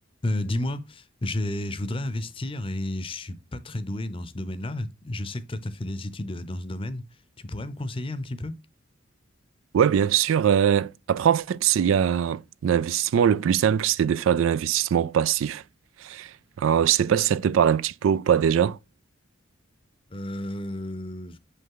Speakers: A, on the left; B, on the right.
A: Euh, dis-moi, j'ai- je voudrais investir et je suis pas très doué dans ce domaine-là. Je sais que toi, tu as fait des études euh, dans ce domaine. Tu pourrais me conseiller un petit peu?
B: Ouais, bien sûr. euh, après, en fait, c'est- il y a l'investissement le plus simple, c'est de faire de l'investissement passif. Alors, je sais pas si ça te parle un petit peu ou pas déjà.
A: Euh,